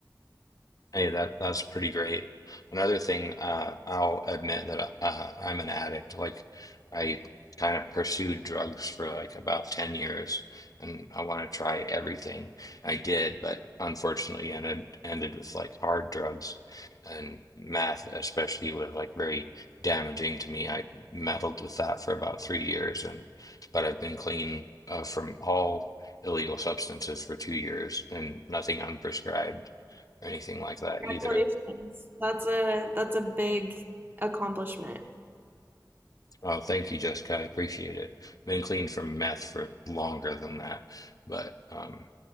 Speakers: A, on the left; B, on the right.
A: Hey, that that's pretty great. Another thing, uh, I'll admit that uh, I'm an addict. Like, I kind of pursued drugs for like about 10 years, and I want to try everything. I did, but unfortunately, ended ended with like hard drugs, and meth especially was like very damaging to me. I meddled with that for about three years, and but I've been clean uh, from all illegal substances for two years and nothing unprescribed or anything like that
B: Congratulations.
A: either.
B: That's a that's a big accomplishment.
A: Oh, thank you, Jessica. I appreciate it. Been clean from meth for longer than that, but um,